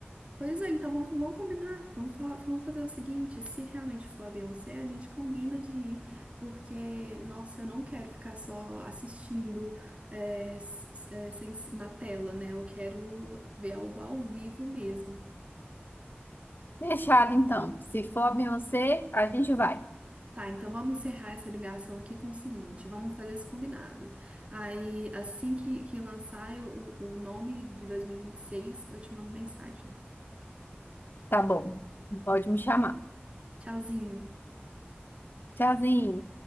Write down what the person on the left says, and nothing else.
Fechado, então. Se for a Beyoncé, a gente vai.
Tá bom. Pode me chamar.
Tchauzinho.